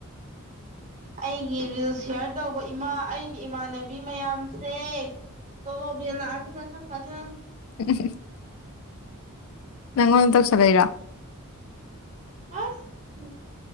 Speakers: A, on the right (about 35°); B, on the left (about 65°).
A: ꯑꯩꯒꯤ ꯔꯤꯜ ꯁꯤꯌꯥꯔ ꯇꯧꯕ ꯏꯃꯥ ꯑꯩꯒꯤ ꯏꯃꯥꯟꯅꯕꯤ ꯃꯌꯥꯝꯁꯦ ꯇ ꯃꯤ ꯂꯅꯤ ꯀꯊ ꯀꯊꯥ
B: ꯎꯝ ꯅꯪꯉꯣꯟꯗ ꯇꯧꯁꯂꯏꯔꯣ
A: ꯑ ꯎ